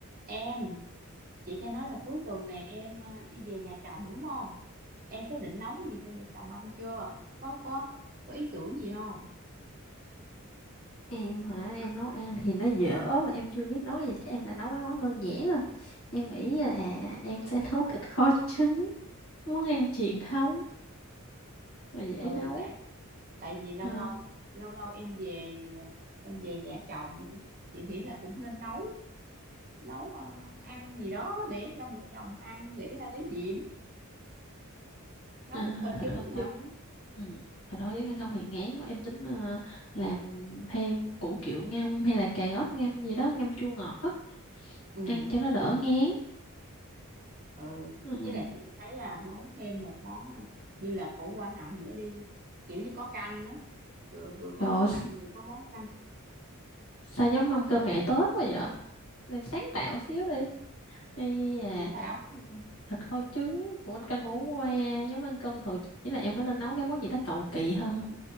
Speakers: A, on the right; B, on the left.
A: Em, chị nghe nói là cuối tuần này em ờ, đi về nhà chồng đúng không? Em có định nấu cái gì cho mẹ chồng ăn chưa? Có có có ý tưởng gì không?
B: em hả em nấu ăn thì nó dở mà em chưa biết nấu cái gì chắc em là nấu mấy món đơn giản thôi em nghĩ là em sẽ <laughs> nấu thịt kho trứng món ăn truyền thống và dễ
A: Ừ
B: nấu
A: tại tại vì lâu
B: Ờ,
A: lâu lâu lâu em về em về nhà chồng chị nghĩ là cũng nên nấu nấu ờ, ăn gì đó để cho mẹ chồng ăn để ờ, lấy điểm, nấu
B: ờ,
A: thịt kho
B: thịt
A: trứng
B: kho trứng
A: hả?
B: ừ. thịt kho trứng ăn không thì ngán quá em tính ờ, làm thêm củ kiệu ngâm hay là cà rốt ngâm gì đó ngâm chua ngọt á
A: Ừ
B: ăn cho nó đỡ ngán
A: ừ
B: ừ.
A: với lại chị thấy là nấu thêm một món ờ, như là khổ qua hầm nữa đi, kiểu như có canh á vừa vừa có
B: trời
A: món
B: ơi,
A: mặn vừa có món canh
B: sao giống mâm cơm ngày Tết quá vậy em sáng tạo xíu đi Ây à,
A: Sáng tạo
B: ừ, thịt kho trứng của anh canh hổ qua giống ăn cơm thường chỉ là em có nên nấu cái món gì đó cầu kỳ hơn không